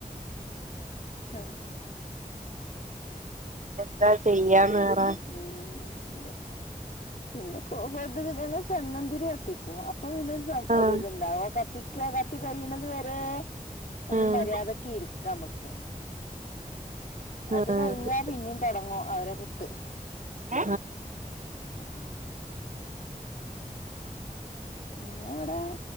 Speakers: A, on the left; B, on the right.
A: ഉം
B: എന്താ ചെയ്യാന്ന്
A: ഉം
B: പറ
A: ഉം പിന്നെ കൊതുക്കള് ഞങ്ങള്ചന്ദനത്തിരി കത്തിക്കും പ്പോപിന്നോരു സം
B: ആഹ്
A: ഒരിത്ണ്ടാവും കത്തിക്ക കത്തി കയ്യ്ണത് വരെ ഒന്ന്
B: ആഹ്
A: മര്യാദക്ക്ഇരിക്ക നമക്ക് അത്
B: ആഹ്
A: കഴിഞ്ഞാ പിന്നി തുടങ്ങും അവരെ കുത്ത്
B: ആ
A: മ് ന്നെ ഇവിടെ